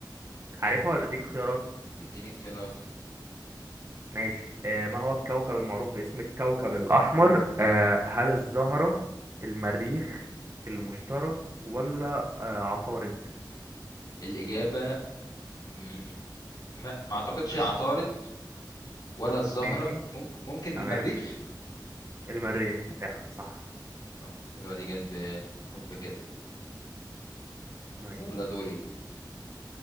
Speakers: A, on the right; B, on the left.
A: عارفها ولا اديك خيارات
B: اديني اختيارات
A: ماشي آه ما هو الكوكب المعروف باسم الكوكب الأحمر آه هل الزهرة المريخ المشتري ولا آه عطارد
B: الإجابة مم. ما ما اعتقدش العطارد ولا الزهرة
A: ماشي
B: ممكن ممكن
A: تمام
B: المريخ
A: المريخ فعلا صح
B: آه، حلوة دي جت بحب كده
A: ماشي
B: يلا دوري